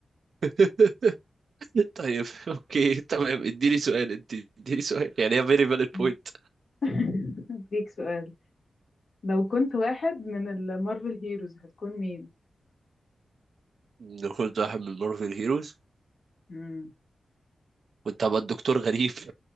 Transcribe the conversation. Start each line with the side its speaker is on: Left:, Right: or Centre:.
Right: <laughs> طيب اوكي تمام اديني سؤال انت اديني سؤال يعني هي فيري فالid
Left: هم.
Right: بوينت
Left: <laughs> أديك سؤال لو كنت واحد من المارفل هيروز هتكون مين؟
Right: ناخد واحد من مارفل هيروز
Left: هم.
Right: كنت هبقى الدكتور غريب